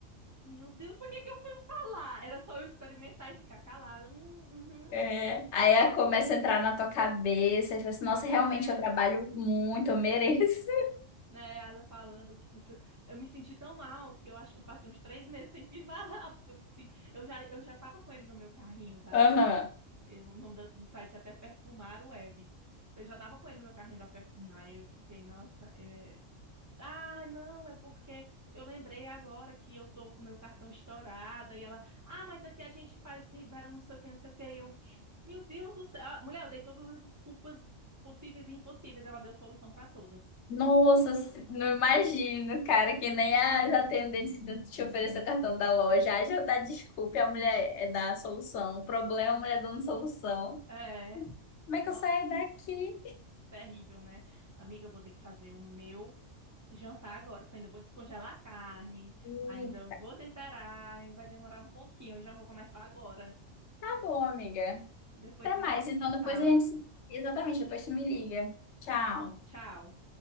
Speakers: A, on the right; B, on the left.
A: meu Deus, por que que eu fui falar? Era só eu experimentar e ficar calada. Hum, uhum,
B: É. Aí ela começa a entrar na tua cabeça e fala assim, nossa, realmente
A: é,
B: eu trabalho muito, eu mereço. <laughs>
A: né? Aí Ela falando, e, tipo, isso- eu me senti tão mal que eu acho que eu passei uns três meses sem <laughs> pisar lá, porque eu disse, eu já, eu já tava com ele no meu carrinho
B: Aham.
A: eh, O nome da- do site é até Perfumar Web. Eu já tava com ele no meu carrinho da Perfumar, e aí eu fiquei, nossa, é... Ah, não, é porque eu lembrei agora que eu tô com o meu cartão estourado, e ela, ah, mas aqui a gente faz, libera não sei o que, não sei o que, e eu, meu Deus do céu, Ah, mulher, eu dei todas as desculpas possíveis e impossíveis, ela deu solução pra todas.
B: Nossa, não imagino, cara, que nem as atendentes do- te oferecer o cartão da loja. Ai, já dá desculpa, a mulher é da solução. O problema, é a mulher dando solução.
A: É,
B: Como é que
A: nossa,
B: eu saio daqui?
A: terrível, né? Amiga, eu vou ter que fazer o meu jantar agora, porque eu ainda vou descongelar a carne,
B: Hum,
A: ainda vou temperar, e vai demorar um pouquinho, eu já vou começar agora.
B: Tá bom, amiga.
A: Depois
B: Até
A: a gente
B: mais. Então
A: se
B: depois
A: fala.
B: a gente. se- Exatamente, depois tu me liga. Tchau.
A: Tá bom, tchau.